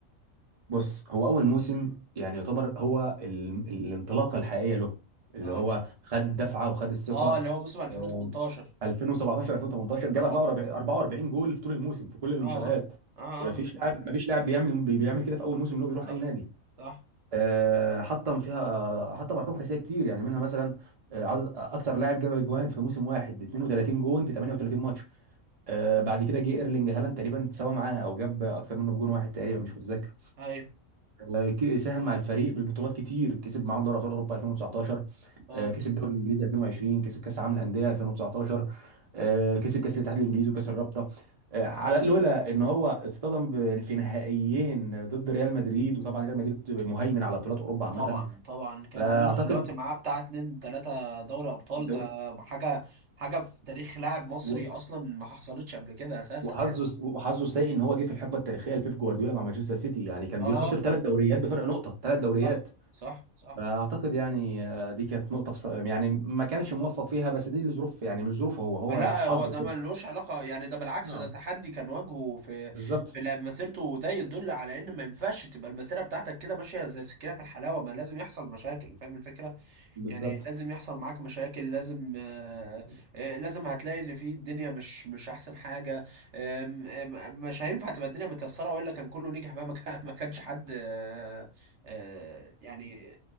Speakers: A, on the right (about 40°); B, on the right (about 60°).
A: بص هو اول موسم يعني يعتبر هو ال... الانطلاقه الحقيقيه له اللي
B: اه
A: هو خد الدفعه وخد الثقه
B: اه اللي هو موسم 2018
A: آه، 2017 2018 جاب
B: اه
A: 44 44 جول في طول الموسم في كل المسابقات
B: اه اه اه آه.
A: يعني
B: آه.
A: مفيش لاعب مفيش لاعب بيعمل بي- بيعمل كده في اول موسم اللي هو بيروح
B: صح
A: اي نادي
B: صح
A: آه، حطم فيها حطم ارقام قياسيه كتير يعني منها مثلا آه، عدد اكتر لاعب جاب اجوان في موسم واحد 32 جون في 38 ماتش آه، بعد كده جه ايرلينج هالاند تقريبا تساوى معاها او جاب اكتر منه بجون واحد تقريبا مش متذكر
B: ايوه
A: آه، ك- ساهم مع الفريق بالبطولات كتير كسب معاهم دوري ابطال اوروبا 2019
B: اه
A: آه، كسب الدوري الانجليزي 2020 كسب كاس العالم للانديه 2019 آه، كسب كاس الاتحاد الانجليزي وكاس الرابطه آه، على لولا ان هو اصطدم ب- في نهائيين ضد ريال مدريد وطبعا ريال مدريد مهيمن على بطولات اوروبا
B: اه
A: عامه
B: طبعا طبعا كان
A: فاعتقد
B: زمان دلوقتي معاه بتاع اتنين تلاتة دوري ابطال
A: الدوري
B: ده حاجة حاجة في تاريخ لاعب مصري
A: و-
B: اصلا ما حصلتش قبل كده اساسا
A: وحظه
B: يعني
A: وحظه السيء ان هو جه في الحقبه التاريخيه لبيب جوارديولا مع مانشستر سيتي يعني كان
B: اه
A: بيخسر ثلاث دوريات بفرق نقطه ثلاث دوريات
B: صح صح صح
A: اعتقد يعني آه، دي كانت نقطه في ص- يعني ما كانش موفق فيها بس دي الظروف يعني مش ظروفه هو هو
B: لا
A: حظه
B: هو ده
A: كده
B: ملوش علاقة يعني ده بالعكس
A: اه
B: ده تحدي كان واجهه في
A: بالظبط
B: في لا- مسيرته وده يدل على ان ما ينفعش تبقى المسيرة بتاعتك كده ماشية زي السكينة في الحلاوة ما لازم يحصل مشاكل فاهم الفكرة؟
A: بالظبط
B: يعني لازم يحصل معاك مشاكل لازم آه آه لازم هتلاقي ان في الدنيا مش مش احسن حاجة آم، آم، مش هينفع تبقى الدنيا متيسرة والا كان كله نجح بقى ما كان- ما كانش حد آه آه يعني